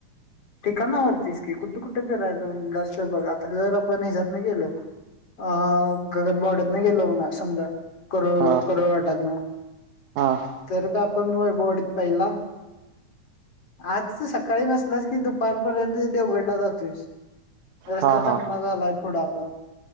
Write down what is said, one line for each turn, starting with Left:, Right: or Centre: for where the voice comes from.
Left: ठिकाणा वरतीस की कुठ-कुठ फिरायच जाऊन जाशाल बघ आता जर आपण ह्याच्यातन गेलो. अ गगनबावड्यातन गेलो समजा. करू
Right: हा
Left: करावा वाटत नाही
Right: हा
Left: तर का आपण वैभववाडीत पहिला आज सकाळी बसलाच की दुपारपर्यंत देवगडला जातोस. रस्ता
Right: हा हा
Left: चांगला झालाय पुढं आता